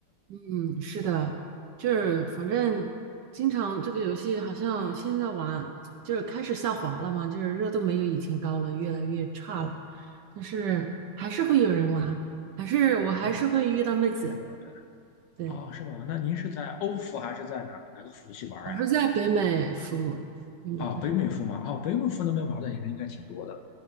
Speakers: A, on the right; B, on the left.
A: 嗯，是的，就是反正经常这个游戏好像现在玩就是开始下滑了嘛，就是热度没有以前高了，越来越差了，但是还是会有人玩，还是我还是会遇到妹子。
B: 嗯，是这样的。
A: 对，
B: 哦，是吗？那您是在欧服还是在哪哪个服务器玩呀、
A: 我是在北美服务，北美的这。
B: 啊？北美服吗？哦，北美服那边玩的人应该挺多的。